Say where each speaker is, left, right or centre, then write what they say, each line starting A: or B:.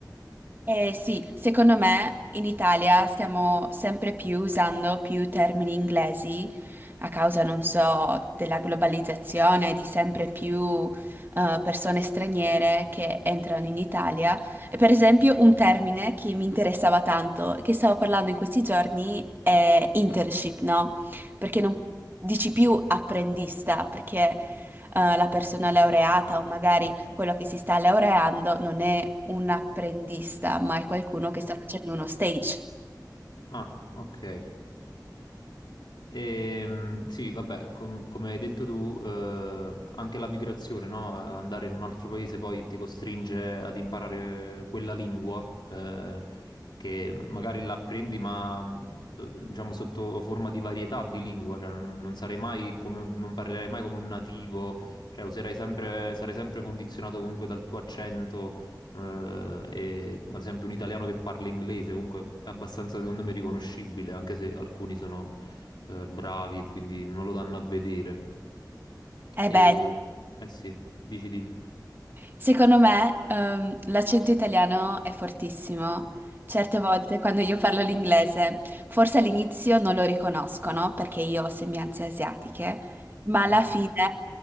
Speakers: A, on the right; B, on the left.
A: Eh sì, secondo me in Italia stiamo sempre più usando più termini inglesi a causa, non so, della globalizzazione, di sempre più eh, persone straniere che entrano in Italia. E per esempio un termine che mi interessava tanto, che stavo parlando in questi giorni, è internship, no? Perché non dici più apprendista, perché eh, la persona laureata o magari quello che si sta laureando non è un apprendista, ma è qualcuno
B: Ok.
A: che sta facendo uno stage.
B: Ah, ok. Ehm, sì, vabbè, com- come hai detto tu, eh, anche la migrazione, no? eh, Andare in un altro paese poi ti costringe ad imparare quella lingua, eh, che magari l'apprendi, ma mh, diciamo sotto forma di varietà di lingua, cioè non, non sarai mai come, non parlerai mai come un nativo, cioè userai sempre, sarai sempre condizionato comunque dal tuo accento. eh, e ad esempio un italiano che parla inglese comunque è abbastanza secondo me riconoscibile anche se alcuni sono eh, bravi e quindi non lo danno a vedere.
A: Eh
B: E
A: beh,
B: eh sì, dici, dici.
A: secondo me, ehm, l'accento italiano è fortissimo. Certe volte quando io parlo l'inglese, forse all'inizio non lo riconoscono perché io ho sembianze asiatiche, ma alla
B: Ok.
A: fine